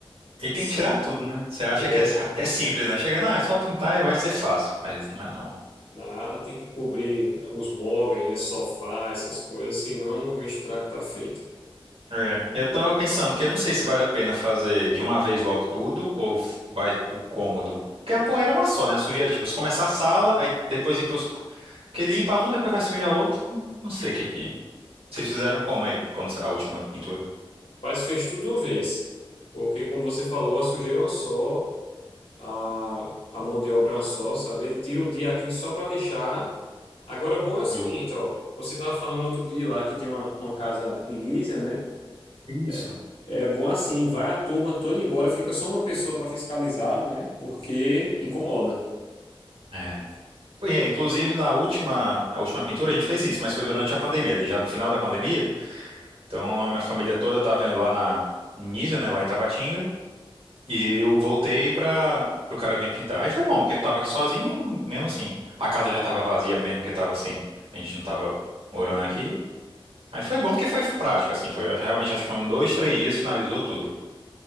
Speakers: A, on the right; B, on the left.
A: E
B: Você,
A: tem que tirar tudo, né? Você acha
B: é,
A: que é, que é simples, né? Chega, não, é só pintar e vai ser fácil, mas não é não.
B: nada, tem que cobrir os móveis, né? Sofá, essas coisas, senão o estrago tá feito.
A: É. Eu tava pensando que eu não sei se vale a pena fazer de uma vez logo tudo ou f- vai pro cômodo. Porque a poeira é uma só, né? A sujeira, tipo, se começar a sala, aí depois ir pros... Porque limpa um, depois vai sujar outro. Não sei o que que... Vocês fizeram como aí, quando a última pintura?
B: Mas fez tudo de uma vez, porque, como você falou, a sujeira é uma só, a, a mão de obra é uma só, sabe? Ele tira o dia aqui só para lixar. Agora, bom é o seguinte,
A: E o-
B: ó. Você tava falando outro dia lá que tem uma, uma casa em Nísia, né?
A: Isso.
B: É. É bom assim, vai a turma toda embora, fica só uma pessoa para fiscalizar, não é? Porque incomoda.
A: É. Bem, é, Inclusive, na última, na última pintura a gente fez isso, mas foi durante a pandemia, ali já no final da pandemia. Então a minha família toda estava lá na em Nísia, né, lá em Tabatinga, e eu voltei para o cara vir pintar. Aí foi bom, porque eu tava aqui sozinho, mesmo assim. A casa já tava vazia mesmo, porque tava assim, a gente não tava morando aqui. Aí foi bom porque foi prático, assim, foi eu realmente, acho que foram dois, três dias, finalizou tudo.